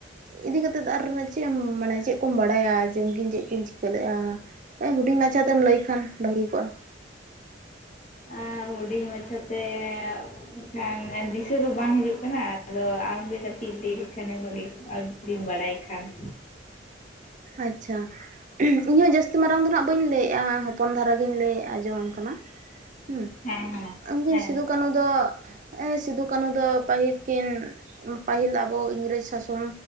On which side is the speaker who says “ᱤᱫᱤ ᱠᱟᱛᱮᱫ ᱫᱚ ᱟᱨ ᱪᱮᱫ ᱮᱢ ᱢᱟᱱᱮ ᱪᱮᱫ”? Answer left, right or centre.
Right